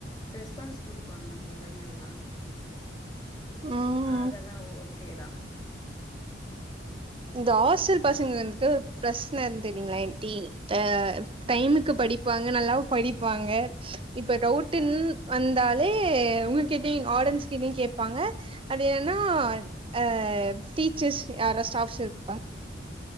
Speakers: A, on the left; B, on the right.
A: ரெஸ்பான்ஸ் குடுப்பாங்க புள்ளைங்கல்லா
B: ம்
A: அதெல்லா ஓகே தா
B: இந்த ஹாஸ்டல் பசங்க வந்து பிரஸ் னன் தெரிங்ளா ஆன்ட்டி ஆ டைமுக்கு படிப்பாங்க நல்லாவு படிப்பாங்க இப்ப டவுட்டுன்
A: ஆ
B: வந்தாலே உங்க கிட்டயு ஆடன்ஸ் கிட்டயு கேப்பாங்க அது ஏனா அ டீச்சர்ஸ் யார ஸ்டாப்ஸ் இருப்பாங்க